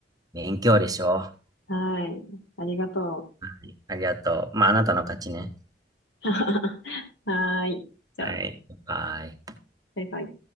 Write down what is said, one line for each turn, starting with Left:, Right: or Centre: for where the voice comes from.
Right: 勉強でしょ。は
Left: う。はい。ありがとう。
Right: い、ありがとう。まあ、あなたの勝ちね。
Left: <laughs> はーい。じゃあ、
Right: はい、バイ。
Left: バイバイ。